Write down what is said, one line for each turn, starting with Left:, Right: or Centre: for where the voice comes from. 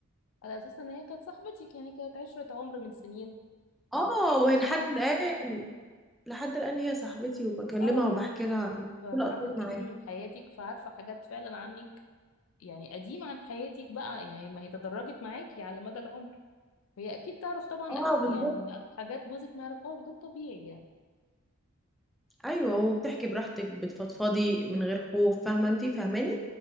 Left: على اساس ان هي كانت صاحبتي كان- يعني كانت عشرة عمر من سنين واكيد
Centre: اه وهي
Left: كانت
Centre: لحد
Left: معاكي
Centre: الان لحد الان
Left: في-
Centre: هي صاحبتي وبكلمها
Left: اه
Centre: وبحكي
Left: كانت معاكي
Centre: لها
Left: في
Centre: كل
Left: مراحل
Centre: اسراري
Left: كتير
Centre: معاها
Left: من حياتك فعارفة حاجات فعلا عنك يعني قديمة عن حياتك بقى يعني ما هي تدرجت معاكي على مدى العمر فهي اكيد تعرف طبعا
Centre: اه
Left: أك...
Centre: بالظبط
Left: يعني حاجات جوزك ما يعرفهاش ده الطبيعي يعني
Centre: ايوه وبتحكي براحتك بتفضفضي من غير خوف فاهمه انت فاهماني